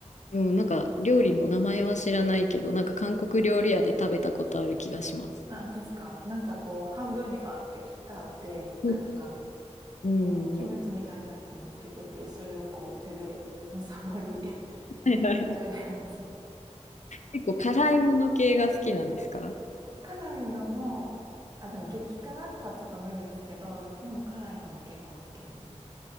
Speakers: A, on the left; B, on the right.
A: うん、なんか料理の名前は知らないけど、なんか韓国料理屋で食べたことある気がします。
B: あ、本当ですかなんかこう、半分にバーって切ってあって、
A: う
B: カニが。
A: ん。
B: でも、キムチみたいなやつにつけてて、
A: うん。は
B: それをこう、手でむさぼり <laughs>
A: いはい
B: 食べるやつ。
A: 結構辛いもの系が好きなんですか
B: 辛いのも、あ、でも激辛とかちょっと無理ですけど、でも辛いのも結構好きですね。